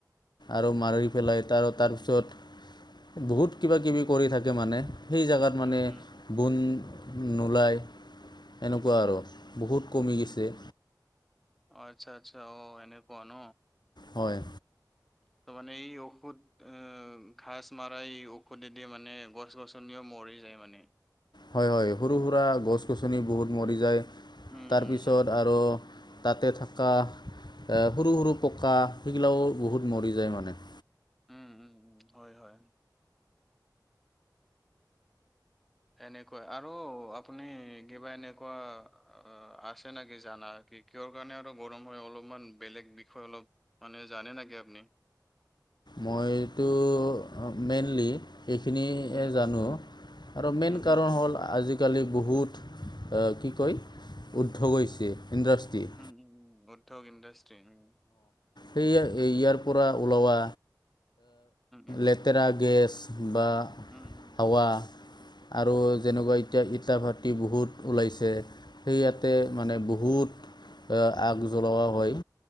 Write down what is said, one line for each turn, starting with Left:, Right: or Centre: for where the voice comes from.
Left: আৰু মাৰি পেলাই তাৰ তাৰপিছত বহুত কিবা কিবি কৰি থাকে মানে সেই জেগাত মানে
Centre: উম, উম,
Left: বন নোলায় এনেকুৱা
Centre: উম।
Left: আৰু বহুত কমি গিছে।
Centre: আচ্ছা আচ্ছা অ সেনেকুৱা ন।
Left: হয়।
Centre: ত মানে এই ঔষধ আহ ঘাঁচ মাৰাই এই ঔষধেদি মানে গছ গছনি ম- মৰি যায় মানে।
Left: হয় হয় সৰু সুৰা গছ গছনি বহুত মৰি যায়।
Centre: উম,
Left: তাৰপিছত
Centre: উম, উম,
Left: আৰ তাতে থকা এ সৰু সৰু পকা সেইগিলাও বহুত মৰি যায় মানে।
Centre: উম, উম, উম, হয় হয়। এনেকুৱা আৰু আপুনি কিবা এনেকুৱা আছে নে কি জানা। কি কিহৰ কাৰণে আৰু গৰম হয় অলপমান বেলেগ বিষয়ে অলপ মানে জানে নেকি আপনি।
Left: মইতো মেইনলি এইখিনিয়ে
Centre: উম
Left: জানো
Centre: উম
Left: আৰু মেইন
Centre: উম
Left: কাৰণ
Centre: উম উম উম
Left: হ'ল আজি আজিকালি বহুত কি কয় উদ্ধ হৈছে। ইণ্ডাষ্ট্ৰী
Centre: উম! উম! উদ্যোগ ইণ্ডষ্ট্ৰ্ৰী উ
Left: সেয়া ইয়াৰ পৰা ওলোৱা
Centre: উম
Left: লেতেৰা গেছ। বা হাৱা
Centre: উম উম
Left: আৰু
Centre: উম
Left: যেনেকৈ এতিয়া ইটা ভাটি বহুত ওলাইছে সেইয়াতে
Centre: উম
Left: মানে বহুত এ আগ জলোৱা হয়